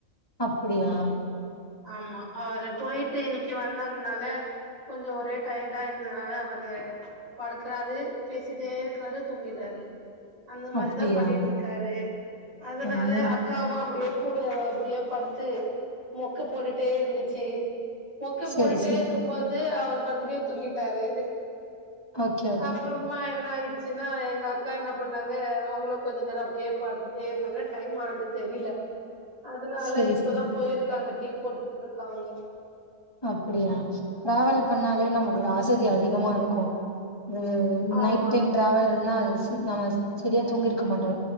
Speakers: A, on the left; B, on the right.
A: அப்படியா
B: ஆமா அவரு போய்ட்டு இன்னக்கி வந்தாங்னால கொஞ்சோ ஒரே டயர்டா இருந்தனால அவரு படுக்குறாரு பேசிட்டேருக்கறாரு தூங்கிறாரு அந்த மாரி
A: அப்டியா
B: தா பண்ணிட்ருக்காரு அதனால
A: ம்
B: அக் காவு அப்டியே கூட அப்டியே படுத்து மொக்க போட்டுட்டே இருந்துச்சு மொக்க
A: சரி
B: போட்டுட்டே
A: சரி
B: இருக்கம்போ து அவர் மறுபடியு தூங்கிட்டாரு
A: ஓகே ஓகே
B: அப்பறமா என்னாயிருச்சுன்னா எங்க அக்கா என்ன பண்ணாங்க அவுங்களு கொஞ்ச நேரோ அப்டியே படுத்து ட்டேருந்தாங்க டைம் ஆனது தெரில அதனால
A: சரி
B: இப்பதா
A: சரி
B: போய்ருக்காங்க டீ போட்டுட்ருக்காங்க
A: அப்டியா டிராவல் பண்ணாலே நமக்கு இந்த அசதி அதிகமாருக்கு ஆ அது ஒன்
B: ஆமா
A: நைட் டைம் டிரவல்னா அது சி நம்ம செரியா தூங்கிருக்க மாட்டோ